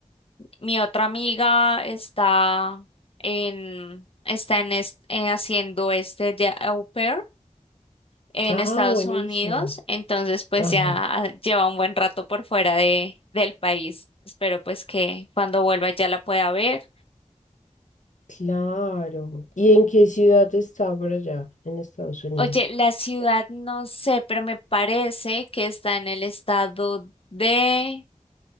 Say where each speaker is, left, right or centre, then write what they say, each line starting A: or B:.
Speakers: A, on the left; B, on the left.
A: Mi otra amiga está en, está en est- eh, haciendo este de au pair en
B: Ah,
A: Estados
B: buenísimo.
A: Unidos, entonces pues
B: Ajá.
A: ya ah, lleva un buen rato por fuera de, del país. Espero pues que cuando vuelva ya la pueda ver.
B: Claro. ¿Y en qué ciudad está por allá, en Estados Unidos?
A: Oye, la ciudad no sé, pero me parece que está en el estado de,